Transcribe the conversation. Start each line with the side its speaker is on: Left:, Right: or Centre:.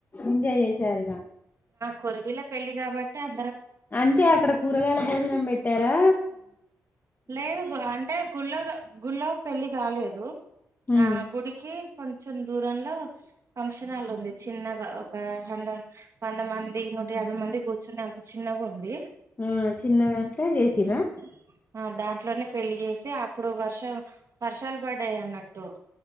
Left: ఎంజాయ్ చేసారిగా.
Right: కొరిబిల్లే పెళ్లి గాబట్టి అంత్
Left: అంటే అక్కడ కూరగాయల భోజనం బెట్టారా.
Right: లేదు అంటే గుళ్ళొ గుళ్ళొ పెళ్లి గాలేదు.
Left: ఉమ్
Right: ఆ గుడికి కొంచెం దూరంలో ఫంక్షనాలు ఉంది. చిన్నగా ఒక హండామ్ వంద మంది, నూట యాభై మంది, కూర్చునే అంత చిన్నగుంది.
Left: ఆ చిన్న దాంట్లో చేసిరా
Right: ఉమ్ ఆ దాంట్లోనే పెళ్లి చేస్ టే అప్పుడు వర్షం వర్షాలు బడ్డాయన్నట్టు.